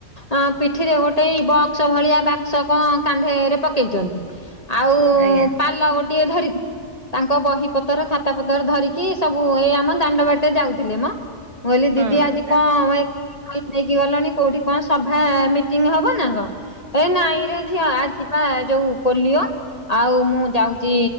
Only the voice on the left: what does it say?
ଆଁ ପିଠିରେ ଗୋଟେଇ ବକ୍ସ ଭଳିଆ ବାକ୍ସ କଣ କାନ୍ଧେରେ ପକେଇଚନ୍ତି। ଆଉ
ପାଲ ଗୋଟିଏ ଧରି ତାଙ୍କ ବହି ପତ୍ର ଖାତା ପତର ଧରି। କି ସବୁ ଏଇ ଆମ ଦାଣ୍ଡ ବାଟେ ଯାଉଥିଲେ ମ ମୁଁ କହିଲି
ଦିଦି ଆଜି
କ ମ ଏ ନେଇକି ଗଲଣି କୋଉଠି କଣ ସଭା ମିଟିଂ ହବ ନା କଣ ଏ ନାଇଁରେ ଝିଅ ଆଜି। ପା ଯୋଉ ପୋଲିଓ। ଆଉ ମୁଁ ଯାଉଛି